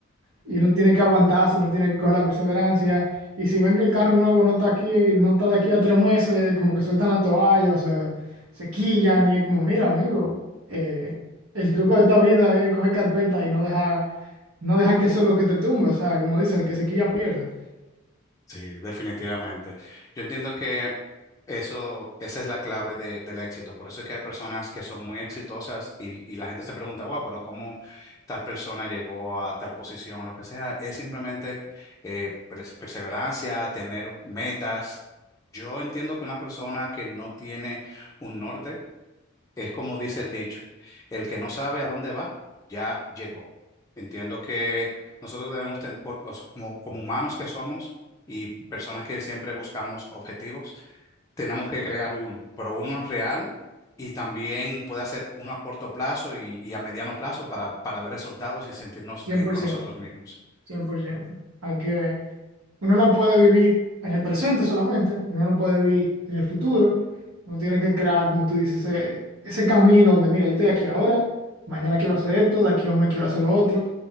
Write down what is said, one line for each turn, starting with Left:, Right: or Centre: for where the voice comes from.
Right: y uno tiene que aguantarse, uno tiene que coger la perseverancia. Y si ven que el carro nuevo no está aquí, no está de aquí a tres meses, como que sueltan la toalla, o se, se quillan y es como, mira, amigo, eh, el truco de esta vida es coger carpeta y no dejar, no dejar que eso es lo que te tumba. O sea, como dicen, el que se quilla pierde.
Left: Sí, definitivamente. Yo entiendo que eso, esa es la clave de- del éxito. Por eso es que hay personas que son muy exitosas y, y la gente se pregunta, wow, pero ¿cómo tal persona llegó a tal posición o lo que sea? Es simplemente eh, pers- perseverancia, tener metas. Yo entiendo que una persona que no tiene un norte Es como dice el dicho, el que no sabe a dónde va, ya llegó. Entiendo que nosotros debemos, ten- por- os- como, como humanos que somos y personas que siempre buscamos objetivos, tenemos que crear uno, pero uno real y también puede hacer uno a corto plazo y, y a mediano plazo para, para ver resultados y sentirnos
Right: cien
Left: bien
Right: por
Left: con
Right: ciento
Left: nosotros mismos.
Right: cien por ciento. Hay que, Uno no puede vivir en el presente solamente, uno no puede vivir en el futuro, uno tiene que crear, como tú dices, ese, ese camino donde, mira, yo estoy aquí ahora, mañana quiero hacer esto, de aquí a un mes quiero hacer lo otro,